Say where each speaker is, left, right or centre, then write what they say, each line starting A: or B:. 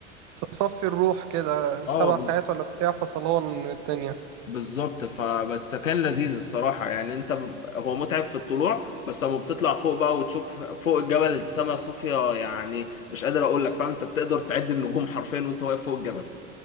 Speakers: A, on the right; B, on the left.
A: تصفي الروح كده
B: اه
A: سبع ساعات
B: بز-
A: ولا بتاع فصلان من الدنيا
B: بالظبط فبس كان لذيذ الصراحة يعني انت ب- هو متعب في الطلوع بس لما بتطلع فوق بقى وتشوف فوق الجبل السماء صافية يعني مش قادر اقول لك فاهم انت بتقدر تعد النجوم حرفيا وانت واقف فوق الجبل